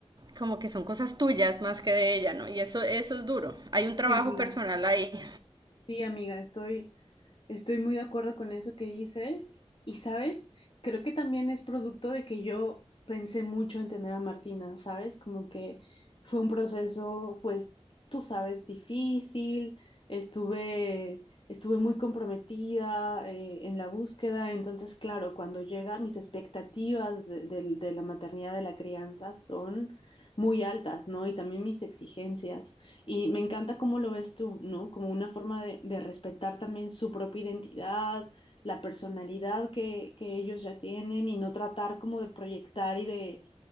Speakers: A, on the right; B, on the left.
A: como que son cosas tuyas más que de ella, ¿no? Y eso, eso es duro. Hay un trabajo
B: Sí, amiga.
A: personal ahí.
B: Sí, amiga, estoy, Estoy muy de acuerdo con eso que dices. Y sabes, creo que también es producto de que yo pensé mucho en tener a Martina, ¿sabes? Como que fue un proceso, pues, tú sabes, difícil. Estuve, estuve muy comprometida eh, en la búsqueda. Entonces, claro, cuando llega, mis expectativas de, del- de la maternidad, de la crianza, son muy altas, ¿no? Y también mis exigencias. Y me encanta cómo lo ves tú, ¿no? Como una forma de, de respetar también su propia identidad, la personalidad que, que ellos ya tienen y no tratar como de proyectar y de,